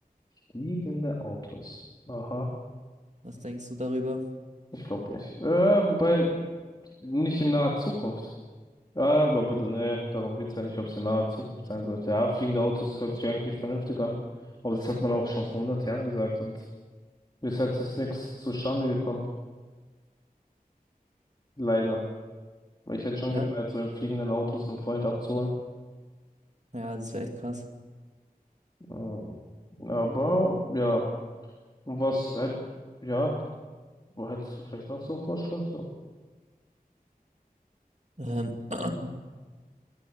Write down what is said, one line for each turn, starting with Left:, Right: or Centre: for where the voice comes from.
Left: Fliegende Autos. Aha.
Right: Was denkst du darüber?
Left: Ich glaube nicht. Äh, wobei, nicht in naher Zukunft. Ja, aber bitte, nee, darum geht's ja nicht, ob es in naher Zukunft sein sollte. Ja, fliegende Autos hört sich eigentlich vernünftig an. Aber das hat man auch schon vor hundert Jahren gesagt und bis jetzt ist nichts zustande gekommen. Leider. Weil ich hätte schon
Right: Ja.
Left: gefeiert, so in fliegenden Autos einen Freund abzuholen.
Right: Ja, das wäre echt krass.
Left: Mm. Aber, ja. Und was halt, ja, wo hättest du vielleicht noch so einen Vorschlag so?
Right: Ähm, <clears throat>